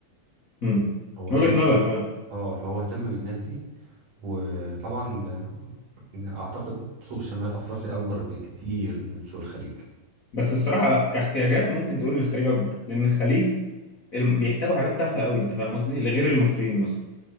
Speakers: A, on the left (about 70°); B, on the right (about 55°).
A: امم
B: هو
A: وجهه
B: اهتم
A: نظر فاهم
B: اه فهو اهتم بالناس دي وطبعا اعتقد سوق شمال افريقيا اكبر بكتير من سوق الخليج
A: بس الصراحه لا كاحتياجات ممكن تقول ان الخليج اكبر لان الخليج الم- بيحتاجوا حاجات تافهه قوي انت فاهم قصدي لغير المصريين مثلا